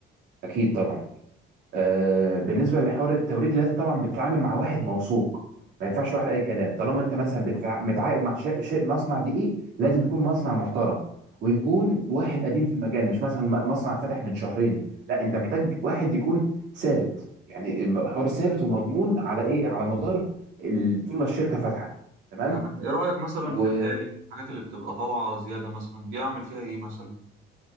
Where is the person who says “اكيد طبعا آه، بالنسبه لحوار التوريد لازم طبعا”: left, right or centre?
Right